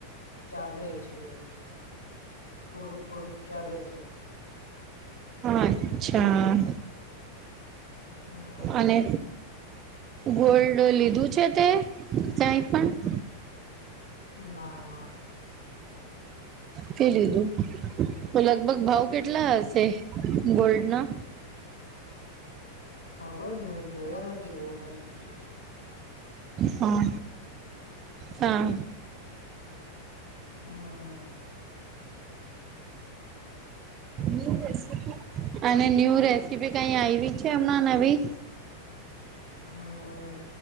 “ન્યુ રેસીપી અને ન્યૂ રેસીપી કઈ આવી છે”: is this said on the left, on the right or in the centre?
Right